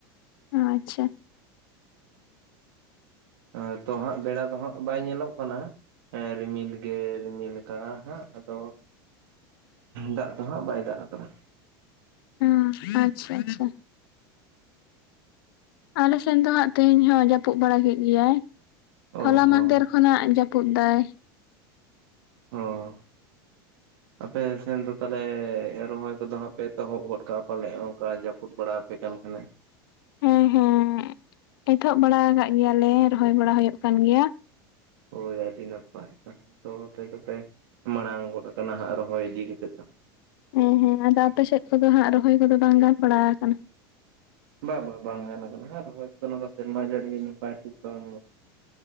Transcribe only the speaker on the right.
ᱮᱸ ᱛᱚ ᱦᱟᱸᱜ ᱵᱮᱲᱟ ᱫᱚ ᱦᱟᱸᱜ ᱵᱟᱭ ᱧᱮᱞᱚᱜ ᱠᱟᱱᱟ ᱮᱸ ᱨᱤᱢᱤᱞ ᱜᱮ ᱨᱤᱢᱤᱞ ᱛᱟ ᱦᱟᱸᱜ ᱟᱫᱚ ᱫᱟᱜ ᱫᱚ ᱦᱟᱸᱜ ᱵᱟᱭ ᱫᱟᱜ ᱟᱠᱟᱫᱟ᱾
ᱚ
ᱦᱚᱸ
ᱦᱚᱸ ᱟᱯᱮ ᱥᱮᱱ ᱫᱚ ᱛᱟᱦᱟᱞᱮ ᱨᱚᱦᱚᱭ ᱠᱚᱫᱚ ᱦᱟᱸᱜ ᱯᱮ ᱮᱛᱚᱦᱚᱵ ᱜᱚᱫ ᱠᱟᱜᱼᱟ? ᱯᱟᱞᱮᱫ ᱚᱱᱠᱟ ᱡᱟᱹᱯᱩᱫ ᱵᱟᱲᱟ ᱟᱯᱮ ᱠᱟᱱ ᱠᱷᱟᱱᱮ᱾
ᱦᱳᱭ ᱟᱹᱰᱤ ᱱᱟᱯᱟᱭ <inaudible> ᱛᱚ ᱟᱯᱮ ᱫᱚᱯᱮ ᱢᱟᱲᱟᱝ ᱜᱚᱫᱴᱱ ᱠᱟᱱᱟ ᱦᱟᱸᱜ ᱨᱚᱦᱚᱭ ᱤᱫᱤ ᱠᱟᱛᱮ ᱫᱚ᱾
ᱵᱟ ᱵᱟᱝ ᱵᱟᱝ ᱠᱟᱱᱟ ᱦᱟᱸᱜ ᱨᱚᱦᱟᱭ ᱠᱚᱫᱚ ᱱᱚᱣᱟ ᱫᱚ ᱥᱮᱨᱢᱟ ᱡᱟᱹᱲᱤ ᱱᱟᱯᱟᱭ ᱛᱮ ᱵᱟᱝᱼᱼ